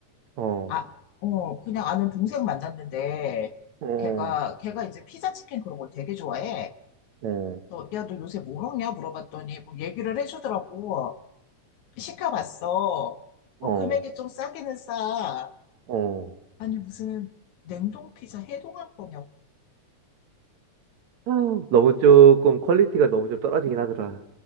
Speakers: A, on the right; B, on the left.
A: 어.
B: 아, 어, 그냥 아는 동생 만났는데,
A: 어.
B: 걔가, 걔가 이제 피자 치킨 그런 걸 되게 좋아해.
A: 어.
B: 너, 야, 너 요새 뭐 먹냐? 물어봤더니, 뭐 얘기를 해주더라고. 시켜봤어. 뭐
A: 어.
B: 금액이 좀 싸기는 싸.
A: 어.
B: 아니, 무슨 냉동 피자 해동한 거냐고.
A: 음, 너무 조금 퀄리티가 너무 좀 떨어지긴 하더라.